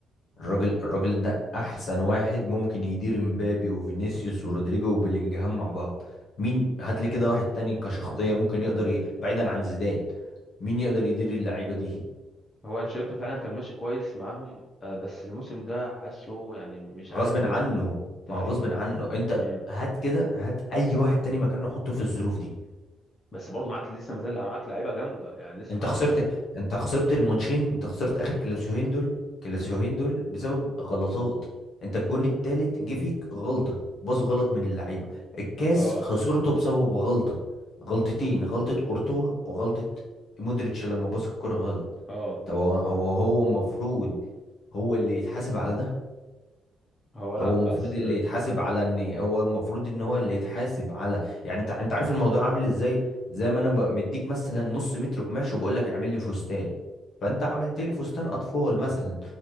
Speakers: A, on the left (about 60°); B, on the left (about 30°).
A: الراجل الراجل ده احسن واحد ممكن يدير مبابي وفينيسيوس ورودريجو وبيلينجهام مع بعض مين هات لي كده واحد تاني كشخصية ممكن يقدر ي... بعيدا عن زيدان مين يقدر يدير اللعيبة دي
B: هو انشيلوتي فعلا كان ماشي كويس معاهم آه بس الموسم ده حاسه يعني مش عارف
A: غصب
B: يديرهم
A: عنه
B: تقريبا
A: ما هو غصب عنه انت
B: امم
A: هات كده هات اي واحد تاني مكانه حطه في الظروف دي
B: بس برضو معاك لسه ما زال معاك لعيبه جامده يعني لسه
A: انت
B: معاك
A: خسرت انت خسرت الماتشين انت خسرت اخر كلاسيوهين دول كلاسيوهين
B: امم
A: دول بسبب غلطات انت الجون التالت جه فيك غلطة باص غلط من اللعيبة الكاس
B: اه
A: خسرته بسبب غلطة غلطتين غلطة كورتوا وغلطة مودريتش لما باص الكرة غلط
B: اه برضو
A: طب هو هو
B: اه
A: هو المفروض هو اللي يتحاسب على ده
B: هو لا
A: هو المفروض
B: بس
A: اللي يتحاسب على ان هو المفروض ان هو اللي يتحاسب على يعني انت انت عارف الموضوع عامل ازاي زي ما انا ب- مديك مثلا نص متر قماش وبقول لك اعمل لي فستان فانت عملت لي فستان اطفال مثلا